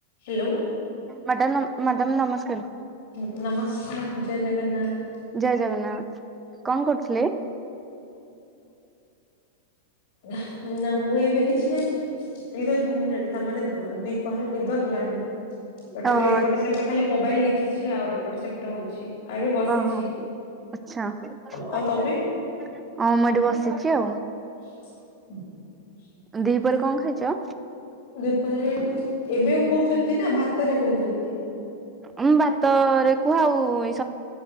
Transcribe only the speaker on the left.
ହ୍ୟାଲୋ
ଉଁ ନମସ୍କାର ଜୟ ଜଗନ୍ନାଥ।
ନା ନା ମୁଁ ଏବେ କିଛି ନାହିଁ ଧୀରେ ଉମ ତାମାନେ <unintelligible> ଦିପହରେ ନିଦ ହେଲାଣି। ତଥାବି
ଏପଟେ ସେପଟେ ଖାଲି ମୋବାଇଲ ଦେଖିଛି ଆଉ ଏପଟେ ସେପଟେ ହଉଛି। ଆଉ ଏବେ ବସିଛି
ଆଉ ତମେ
<inaudible>
ସେପନରେ ଏବେ କହୁଛନ୍ତି ନା ଭାତରେ କହୁଛନ୍ତି।